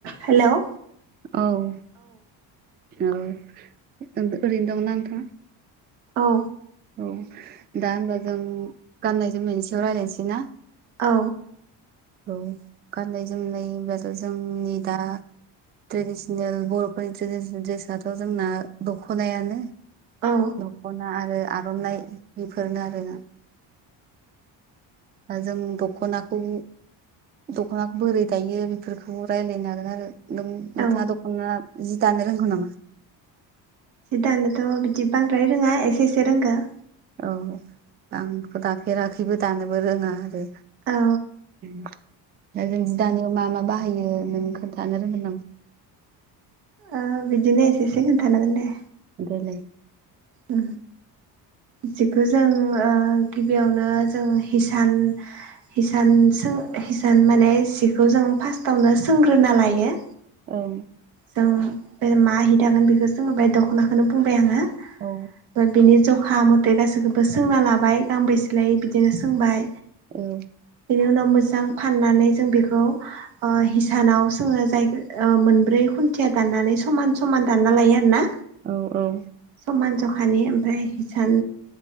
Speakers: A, on the right; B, on the right.
A: हेल'
B: औ औ ओरैनो दंना नोंथाङा
A: औ
B: औ दा होनबा जों गाननाय जोमनायनि सायाव रायज्लायनोसै ना
A: औ
B: औ गाननाय जोमनाय होनब्लाथ' जोंनि दा ट्रेडिसनेल बर'फोरनि ट्रेडिसनेल दड्रेसाथ' जोंना दख'नायानो
A: औ
B: दख'ना आरो आर'नाइ बेफोरनो आरो जों दख'नाखौ दख'नाखौ बोरै दायो बेफोरखौ रायलायनो हागोन आरो नोंथाङा
A: औ
B: दख'ना जि दानो रोंगौ नामा
A: जिदानोथ' बिदि बांद्राय रोङा एसे एसे रोंगो
B: औ आंथ' दाफेराखैबो दानोबो रोङा आरो
A: औ
B: जों जि दानायाव मा मा बाहायो नों खोन्थानो रोंगोन नामा
A: ओ बिदिनो एसेसे खोन्थानांगोन दे
B: देलाय
A: उ जिखौ जों ओ गिबियावनो जों हिसान हिसान सों हिसान माने सिखौ जों फार्स्टावनो सोंग्रोना लायो
B: औ
A: जों बे माहि दागोन बेखौ जोङो बे दख'नाखौनो बुंबाय आङो
B: औ
A: बिनि जखा मथे गासैखौबो सोंना लाबाय गांबेसे लायो बिदिनो सोंबाय
B: औ
A: बिनि उनाव मो फाननानै जों बेखौ हिसानाव जोङो जाय मोनब्रै खुथिया दान नानै समान समान दानना लायो आरो ना
B: औ औ
A: समान जखानि ओमफ्राय हिसान